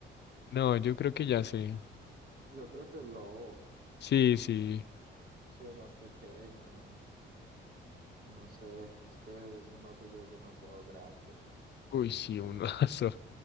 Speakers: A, on the left; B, on the right.
A: No, yo creo que ya sé.
B: Yo creo que el lobo,
A: Sí, sí.
B: si es más pequeño, no sé, es que un oso ya es demasiado grande.
A: Uy, sí, un oso. <laughs>